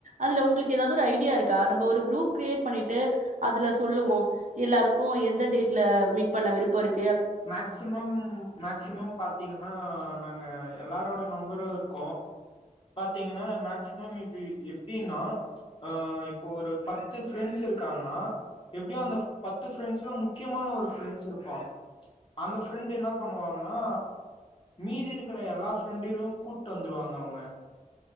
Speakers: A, on the right; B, on the left.
A: அதுல உங்களுக்கு ஏதாவ்து ஒரு ஐடியா இருக்கா நம்ப ஒரு க்ரூப் க்ரியேட் பண்ணிட்டு அதுல சொல்லுவோ எல்லாருக்கூ எந் த டேட்ல மீட் பண்ண விருப்போ இருக்
B: மேக்சிமம் மேக்சிமம் பாத்தீங்னா நாங்க எல்லாரோ நம்பரூ இருக்கூ பாத்தீங்னா மேக்சிமம் இப்டி இப் எப்டின்னா ஆ இப்போ ஒரு பத்து ஃப்ரெண்ட்ஸ் இருக்காங்னா எப்டியோ அந்த பத்து ஃப்ரெண்ட்ஸ்ல முக்கியமான ஒரு ஃப்ரெண்ட்ஸ் இருப்பா அந்த ஃப்ரெண்ட் என்ன பண்ணுவாங்கன்னா மீதி இருக்கிற எல்லா ஃப்ரெண்டுகளயூ கூப்ட்டு வந்துருவாங்க அவங்க